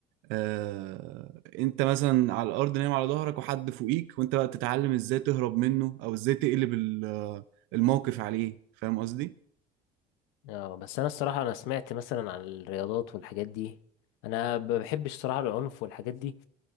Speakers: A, on the right; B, on the left.
A: آه، انت مثلا على الارض نايم على ظهرك وحد فوقيك وانت بقى بتتعلم ازاي تهرب منه او ازاي تقلب ال- الموقف عليه فاهم قصدي
B: اه بس انا الصراحة انا سمعت مثلا عن الرياضات والحاجات دي انا ما بحبش الصراحة العنف والحاجات دي